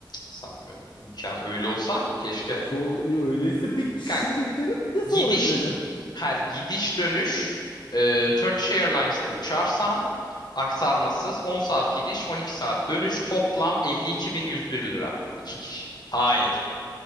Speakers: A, on the left; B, on the left.
A: Sanmıyorum. İmkan öyle olsa keşke.
B: Şu öyleyse bir şimdi
A: Kanka
B: gidelim bir de sonra
A: Gidiş
B: gidelim.
A: her gidiş dönüş e, Turkish Airlines'ta uçarsan aktarmasız 10 saat gidiş 12 saat dönüş toplam 52.101 lira. İki kişi. Hayır.